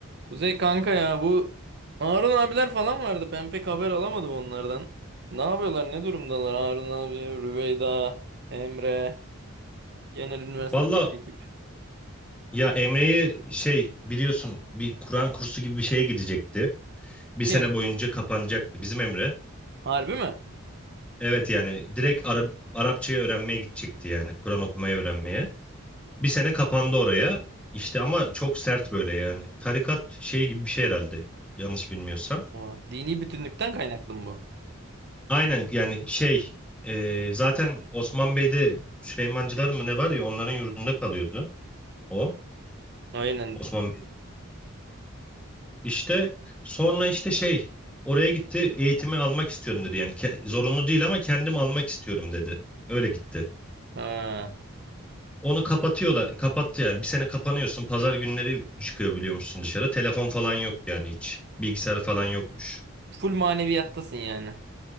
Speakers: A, on the right (about 50°); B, in the centre.
A: Kuzey kanka ya bu Harun abiler falan vardı. Ben pek haber alamadım onlardan. Ne yapıyorlar? Ne durumdalar? Harun abi, Rüveyda, Emre, genel üniversitedeki
B: Valla
A: ekip.
B: ya Emre'yi şey biliyorsun bir Kur'an kursu gibi bir şeye gidecekti. Bir
A: Kim?
B: sene boyunca kapanacaktı bizim Emre.
A: Harbi mi?
B: Evet yani direkt Arap, Arapçayı öğrenmeye gidecekti yani Kur'an okumayı öğrenmeye. Bir sene kapandı oraya. İşte ama çok sert böyle yani. Tarikat şey gibi bir şey herhalde yanlış bilmiyorsam.
A: Ha, Dini bütünlükten kaynaklı mı bu?
B: Aynen yani şey e, zaten Osman Bey'de Süleymancılar mı ne var ya onların yurdunda kalıyordu o.
A: Aynen.
B: Osman İşte sonra işte şey oraya gitti eğitimi almak istiyorum dedi. Yani ke- zorunlu değil ama kendim almak istiyorum dedi. Öyle gitti.
A: Ha.
B: Onu kapatıyorlar. Kapattı yani. Bir sene kapanıyorsun. Pazar günleri çıkıyor biliyormuşsun dışarı. Telefon falan yok yani hiç. Bilgisayar falan yokmuş.
A: Full maneviyattasın yani.